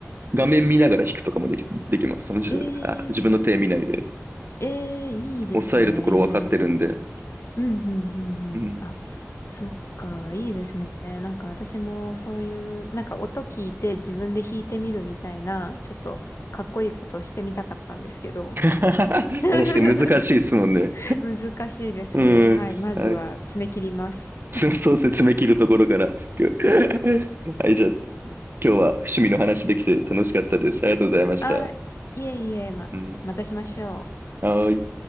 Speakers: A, on the right; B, on the left.
A: 画面見ながら弾くとかもでき、できます。その時点で、
B: え
A: あ自分の手見ないで、
B: え、ええ、いいですね。
A: 抑えるところ分かってるんで。
B: うんうんうんうん。
A: うん。
B: あ、そっか、いいですね。なんか私もそういう、なんか音聞いて自分で弾いてみるみたいな、ちょっとかっこいいことをしてみたかったんですけど。
A: <laughs> 確か
B: <laughs>
A: に難しいですもんね。
B: 難しいです。
A: うん。
B: はい。まずは爪切ります。
A: はい。つそうですね、爪切るところから。<laughs> はい、じゃあ今日は趣味の話できて楽しかったです。ありがとうございました。
B: あ、いえいえ、ま、
A: うん。
B: またしましょう。
A: はーい。